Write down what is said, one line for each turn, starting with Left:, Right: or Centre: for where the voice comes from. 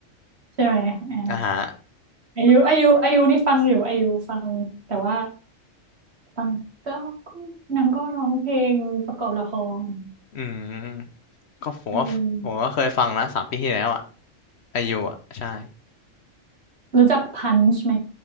Right: ใช่ไหมอ่า
Left: อ่าฮะ
Right: อายุอายุอายุนี่ฟังอยู่อายุฟังแต่ว่าฟังก็ก็นางก็ร้องเพลงประกอบละคร
Left: อืมก็ผมว่าผมก็เคยฟังนะสามปีที่แล้วอ่ะ
Right: เออ
Left: อายุอ่ะใช่
Right: รู้จักพันช์ไหม